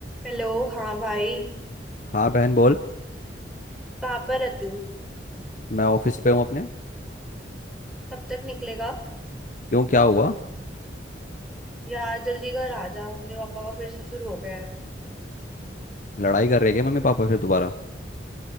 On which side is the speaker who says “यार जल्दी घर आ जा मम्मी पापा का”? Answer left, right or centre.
Centre